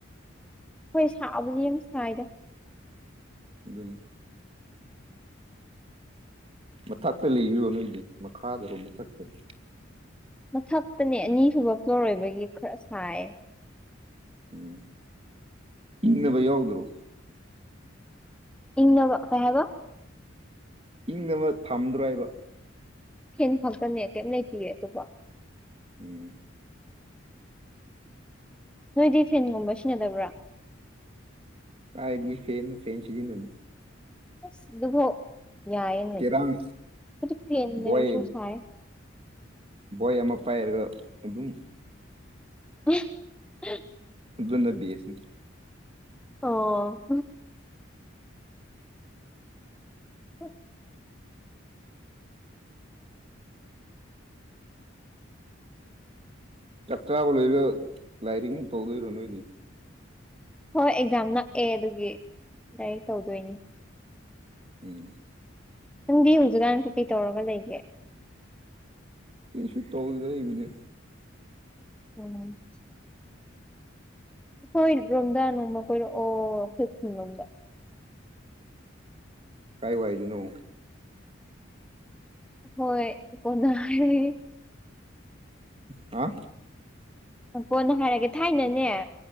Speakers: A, in the centre; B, on the right.
A: ꯍꯣꯏ ꯁꯥꯕꯨꯗꯤ ꯌꯥꯝ ꯁꯥꯏꯗ꯫
B: ꯑꯗꯨꯅꯤ ꯃꯊꯛꯇ ꯂꯩꯕ꯭ꯔꯣ ꯅꯣꯏꯖꯦ ꯃꯈꯥꯗꯔꯣ ꯃꯊꯛꯇꯔꯣ꯫
A: ꯃꯊꯛꯇꯅꯦ ꯑꯅꯤꯁꯨꯨꯕ ꯐ꯭ꯂꯣꯔ ꯑꯣꯏꯕꯒꯤ ꯈꯔ ꯁꯥꯏꯌꯦ꯫
B: ꯎꯝ ꯏꯪꯅꯕ ꯌꯥꯎꯗꯔꯣ꯫
A: ꯏꯪꯅꯕ ꯀꯩ ꯍꯥꯏꯕ
B: ꯏꯪꯅꯕ ꯊꯝꯗ꯭ꯔꯣ ꯍꯥꯏꯕ
A: ꯐꯦꯟ ꯈꯛꯇꯅꯦ ꯀꯩꯝ ꯂꯩꯇꯤꯌꯦ ꯑꯇꯣꯞꯄ꯫
B: ꯎꯝ
A: ꯅꯣꯏꯗꯤ ꯐꯦꯟꯒꯨꯝꯕ ꯁꯤꯟꯅꯗꯕ꯭ꯔꯥ꯫
B: ꯀꯥꯏꯗꯒꯤ ꯐꯦꯟꯅꯣ ꯐꯦꯟ ꯁꯤꯖꯤꯟꯅꯗꯦ꯫
A: ꯑꯁ ꯑꯗꯨꯐꯥꯎ ꯌꯥꯏꯌꯦꯅꯦ
B: ꯆꯦꯔꯥꯡ
A: ꯑꯗꯨ ꯐꯦꯟ ꯂꯩꯔꯁꯨ
B: ꯕꯣꯏ
A: ꯁꯥꯏꯌꯦ꯫
B: ꯕꯣꯏ ꯑꯃ ꯄꯥꯏꯔꯒ ꯑꯗꯨꯝ
A: <unintelligible>
B: ꯑꯗꯨꯅ ꯕꯦꯁꯅꯤ
A: ꯑꯣ <unintelligible>
B: ꯆꯥꯛ ꯆꯥꯕ ꯂꯣꯏꯔ ꯂꯥꯏꯔꯤꯛꯃꯨꯛ ꯇꯧꯗꯣꯏꯔꯣ ꯅꯣꯏꯗꯤ꯫
A: ꯍꯣꯏ ꯑꯦꯛꯖꯥꯝ ꯅꯛꯑꯦ ꯑꯗꯨꯒꯤ ꯂꯥꯏꯔꯤꯛ ꯇꯧꯗꯣꯏꯅꯤ꯫
B: ꯎꯝ
A: ꯅꯪꯗꯤ ꯍꯧꯖꯤꯛꯀꯥꯟ ꯀꯩꯀꯩ ꯇꯧꯔꯒ ꯂꯩꯒꯦ꯫
B: ꯀꯩꯁꯨ ꯇꯧꯗꯦ ꯑꯩ ꯍꯨꯖꯤꯛ ꯫
A: <unintelligible> <unintelligible> ꯔꯣꯝꯗ ꯅꯣꯡꯃ ꯀꯣꯏꯔꯛꯑꯣ ꯑꯩꯈꯣꯏ ꯈꯨꯟꯔꯣꯝꯗ꯫
B: ꯀꯥꯏ ꯋꯥꯏꯗꯅꯣ
A: ꯍꯣꯏ ꯀꯣꯟꯅ ꯍꯥꯏꯔꯒꯦ꯫
B: ꯍꯥ
A: ꯀꯣꯟꯅ ꯍꯥꯏꯔꯒꯦ ꯊꯥꯏꯅꯅꯦ